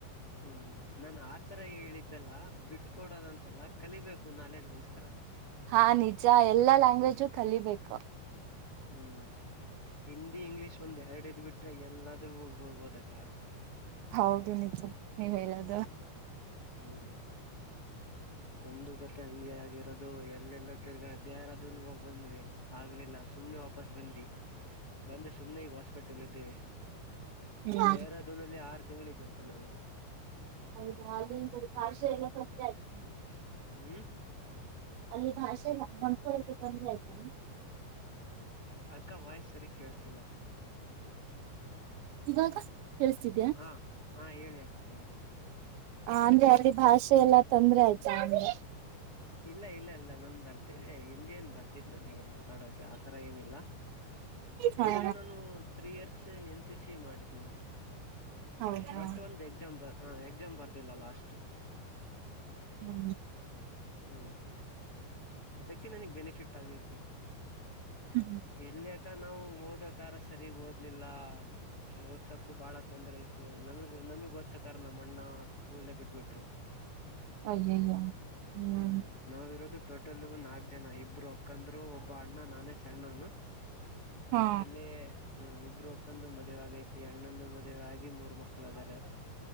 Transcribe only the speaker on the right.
ಹಾ ನಿಜಾ ಎಲ್ಲಾ ಲ್ಯಾಂಗ್ವೇಜು ಕಲಿಬೇಕು
ಹೌದು ನಿಜಾ ನೀವ್ ಹೇಳೋದು
ಹ್ಮ
<unintelligible>
<unintelligible>
ಇವಾಗ ಕೇಳಸ್ತಿದ್ಯಾ.
ಅಂದ್ರೆ ಅಲ್ಲಿ ಭಾಷೆ ಎಲ್ಲಾ ತೊಂದ್ರೆ ಆಯ್ತಾ ಅಂದೆ.
ಹಾ
ಹೌದಾ
ಹು
ಹು
ಅಯ್ಯಯ್ಯೋ. ಹ್ಮ್
ಹಾ